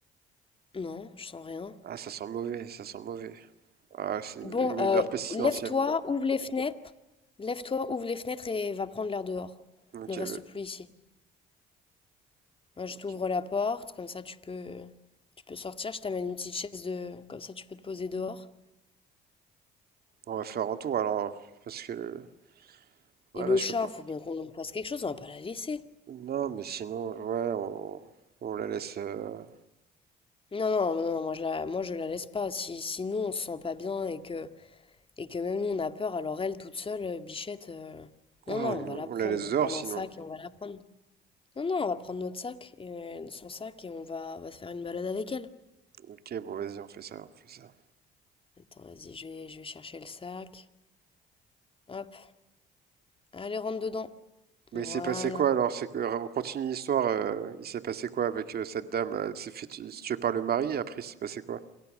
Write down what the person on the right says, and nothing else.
Ah ça sent mauvais, ça sent mauvais. Ah c'est une,
une
odeur pestilentielle.
OK,
ouais,
OK.
On va faire un tour alors, parce que le... ouais,
là, je
peux pas.
Non, mais sinon, ouais, on, on la laisse, euh,
ouais,
on,
on
la laisse
dehors
sinon.
OK, bon, vas-y, on fait ça, on fait ça.
Mais
il s'est passé quoi alors? C'est que on continue l'histoire. euh, il s'est passé quoi avec euh, cette dame là? Elle s'est fait tu- tuer par le mari. Après, il s'est passé quoi?